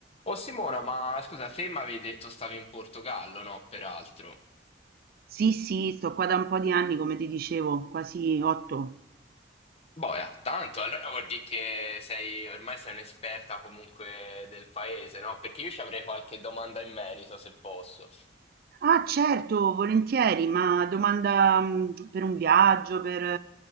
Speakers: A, on the left; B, on the right.
A: Oh Simona, ma scusa, te mi avevi detto stavi in Portogallo, no? Peraltro.
B: Sì, sì, sto qua da un po' di anni, come ti dicevo, quasi otto.
A: Boia, tanto, allora vuol dire che sei, ormai sei un'esperta comunque del paese, no? Perché io ci avrei qualche domanda in merito, se posso.
B: Ah, certo, volentieri, ma domanda mh, per un viaggio, per